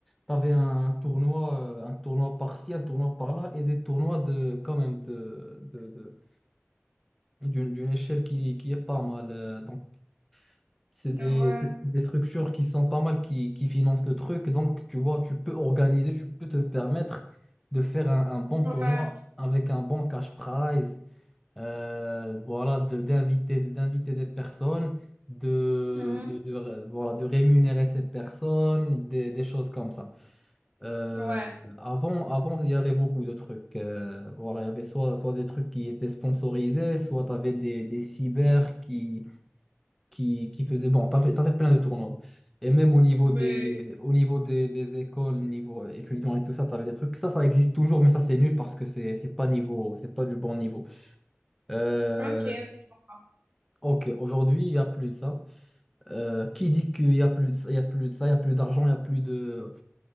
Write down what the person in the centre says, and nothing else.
t'avais un tournoi, euh, un tournoi par-ci, un tournoi par-là, et des tournois de, quand même de, de, de- d'une, d'une échelle qui, qui est pas mal. euh, donc C'est
des, c'est- c'est des structures qui sont pas mal, qui, qui financent le truc. Donc, tu vois, tu peux organiser, tu peux te permettre de faire un, un bon
tournoi
avec un bon cash prize. Euh, voilà, de- d'inviter, d'inviter des personnes, de,
de, de ré- voilà, de rémunérer ces personnes, des, des choses comme ça. Euh,
avant, avant, il y avait beaucoup de trucs. Euh, voilà, il y avait soit, soit des trucs qui étaient sponsorisés, soit tu avais des, des cyber qui qui, qui faisait bon, t'avais, t'avais plein de tournois. Et même au niveau
des, au niveau des, des écoles, niveau étudiants et tout ça, t'avais des trucs. Ça, ça existe toujours, mais ça, c'est nul parce que c'est, c'est pas niveau, c'est pas du bon niveau. Euh,
ok, aujourd'hui, il y a plus de ça. Euh, qui dit qu'il y a plus, de ça- il y a plus de ça, il y a plus d'argent, il y a plus de.